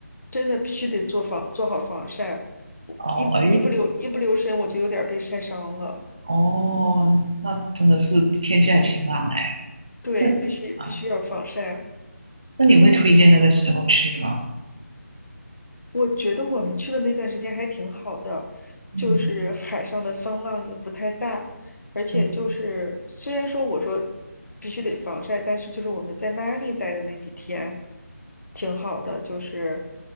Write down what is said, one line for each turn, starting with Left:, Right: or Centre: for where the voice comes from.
Left: 真的必须得做防做好防晒，我一一不留一不留神我就有点儿被晒伤了。
Right: 哦，哎，哦，那真的是天气还晴朗哎。
Left: 对，
Right: 那啊，
Left: 必须必须要防晒。
Right: 那你会推荐那个时候去吗？
Left: 我觉得我们去的那段时间还挺好的，就是海上的风浪也不太大，
Right: 嗯
Left: 而且就是虽然说我说
Right: 嗯，
Left: 必须得防晒，但是就是我们在迈阿密待的那几天挺好的，就是